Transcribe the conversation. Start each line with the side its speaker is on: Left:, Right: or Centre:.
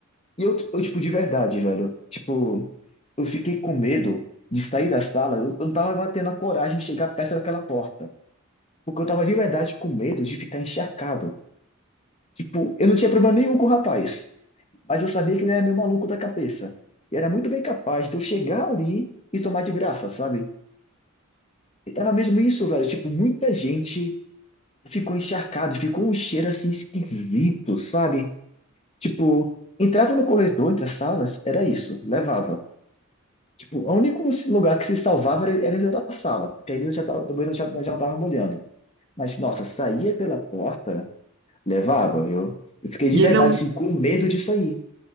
Left: e eu, eu, tipo, de verdade, velho. Tipo, eu fiquei com medo de sair da sala. Eu eu não tava tendo a coragem de chegar perto daquela porta. Porque eu tava de verdade com medo de ficar encharcado. Tipo, eu não tinha problema nenhum com o rapaz, mas eu sabia que ele era meio maluco da cabeça. E era muito bem capaz de eu chegar ali e tomar de graça, sabe? E tava mesmo isso, velho. Tipo, muita gente ficou encharcado, ficou um cheiro assim esquisito, sabe? Tipo, entrava no corredor, entre as salas, era isso, levava. Tipo, o único lugar que se salvava era, era dentro da sala, porque aí eu já tava, também eu já, já não tava molhando. Mas, nossa, saía pela porta. Levava, viu? Eu fiquei de
Right: E
Left: verdade,
Right: ele não,
Left: assim, com medo disso aí.